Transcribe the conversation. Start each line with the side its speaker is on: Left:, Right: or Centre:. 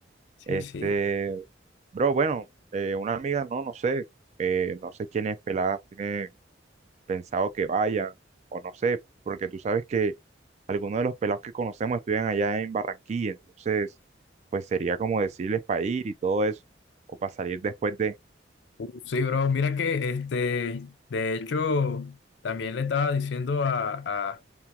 Left: sí,
Right: Este,
Left: sí.
Right: bro, bueno, eh, una amiga, no, no sé, eh, no sé quiénes peladas tiene pensado que vayan, o no sé, porque tú sabes que algunos de los pelados que conocemos estudian allá en Barranquilla, entonces, pues sería como decirles para ir y todo eso, o para salir después de...
Left: Uh, Sí, bro, mira que este, de hecho, también le estaba diciendo a